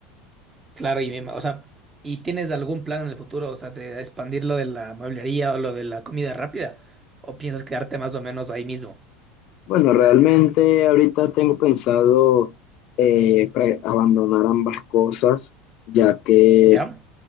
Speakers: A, on the right; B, on the left.
A: Claro, y me- o sea, ¿y tienes algún plan en el futuro? O sea, de expandir lo de la mueblería o lo de la comida rápida. ¿O piensas quedarte más o menos ahí mismo?
B: Bueno, realmente ahorita tengo pensado eh, pre- abandonar ambas cosas, ya que
A: ¿Ya?